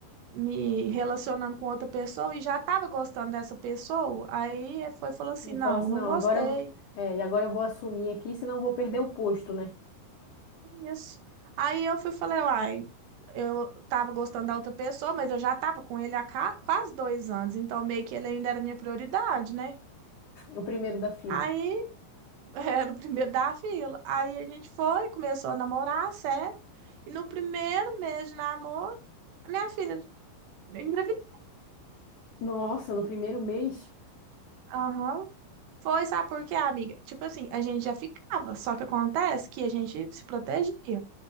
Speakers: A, on the right (about 70°); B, on the left (about 80°).
A: me relacionando com outra pessoa e já tava gostando dessa pessoa. Aí ele foi falando assim:
B: Ele
A: não,
B: falou assim,
A: não
B: não,
A: gostei.
B: agora eu, é, e agora eu vou assumir aqui, senão eu vou perder o posto, né?
A: Isso. Aí eu fui e falei, uai, eu tava gostando da outra pessoa, mas eu já tava com ele há ca- quase dois anos, então meio que ele ainda era minha prioridade, né?
B: O primeiro da fila.
A: Aí <laughs> era o primeiro da fila. Aí a gente foi, começou a namorar, sério. E no primeiro mês de namoro, a minha filha engravidou.
B: Nossa, no primeiro mês?
A: Aham. Foi, sabe por quê, amiga? Tipo assim, a gente já ficava, só que acontece que a gente se protegia.